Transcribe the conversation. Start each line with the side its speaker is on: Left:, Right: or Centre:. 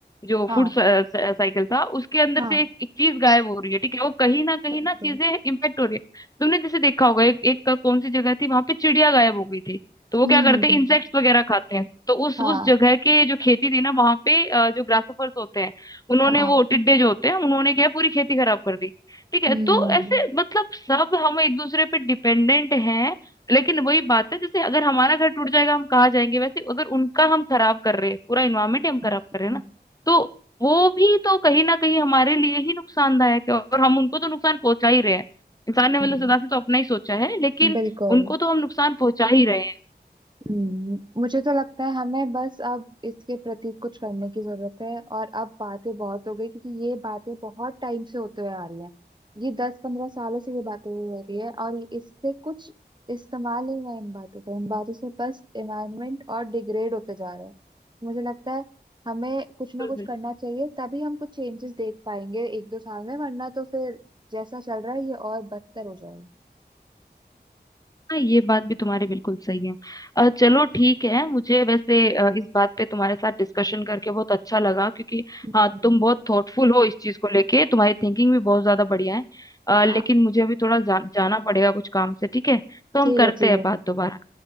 Left: जो
Right: हाँ
Left: फूड साइकिल था उसके अंदर
Right: हाँ
Left: से एक, एक चीज गायब हो रही है ठीक है वो कहीं ना कहीं
Right: बिल्कुल
Left: ना चीजें इम्पेक्ट हो रही है तुमने जैसे देखा होगा एक एक का कौन सी जगह थी वहां पे चिड़िया गायब हो गई थी तो वो
Right: हम्म
Left: क्या करते
Right: हम्म हम्म
Left: हैं इंसेक्ट्स
Right: हम्म,
Left: वगैरह खाते हैं तो उस
Right: हाँ
Left: उस जगह के जो खेती थी ना वहां पे अ, जो ग्रासोफर्स होते हैं उन्होंने
Right: हाँ
Left: वो टिड्डे जो होते हैं उन्होंने क्या है, पूरी खेती खराब कर दी ठीक है
Right: हम्म
Left: तो ऐसे मतलब सब हम एक दूसरे पे डिपेंडेंट हैं लेकिन वही बात है जैसे अगर हमारा घर टूट जाएगा हम कहाँ जाएंगे वैसे अगर उनका हम खराब कर रहे हैं पूरा इन्वायरमेंट
Right: हम्म,
Left: हम खराब कर रहे
Right: हम्म,
Left: हैं ना तो वो भी तो कहीं ना कहीं हमारे लिए ही नुकसानदायक है और हम उनको तो नुकसान पहुंचा ही रहे हैं इंसान ने
Right: हम्म,
Left: मतलब सदा से तो अपना ही सोचा है लेकिन
Right: बिल्कुल
Left: उनको तो हम नुकसान पहुंचा ही रहे हैं
Right: हम्म, मुझे तो लगता है हमें बस अब इसके प्रति कुछ करने की जरूरत है और अब बातें बहुत हो गई क्योंकि ये बातें बहुत टाइम से होते हुए आ रही हैं ये दस पंद्रह सालों से ये बातें हुई हो रही है और ये- इससे कुछ इस्तेमाल नहीं हुआ इन बातों का इन बातों से बस एनवायरनमेंट और डिग्रेड होते जा रहे हैं मुझे लगता है हमें कुछ ना
Left: बिल्कुल
Right: कुछ
Left: बिल्कुल।
Right: करना चाहिए तभी हम कुछ चेंजेस देख पाएंगे एक दो साल में वरना तो फिर जैसा चल रहा है ये और बदतर हो जाएगा
Left: हाँ ये बात भी तुम्हारी बिल्कुल सही है अ, चलो ठीक है मुझे वैसे अ, इस बात पे तुम्हारे साथ डिस्कशन करके बहुत अच्छा लगा क्योंकि
Right: हम्म।
Left: हाँ तुम बहुत थॉटफुल हो इस चीज को लेके तुम्हारी थिंकिंग भी बहुत ज्यादा बढ़िया है अ,
Right: हाँ
Left: लेकिन मुझे अभी थोड़ा जा, जाना पड़ेगा कुछ काम से ठीक है तो हम
Right: ठीक है
Left: करते
Right: ठीक
Left: हैं
Right: है
Left: बात दोबारा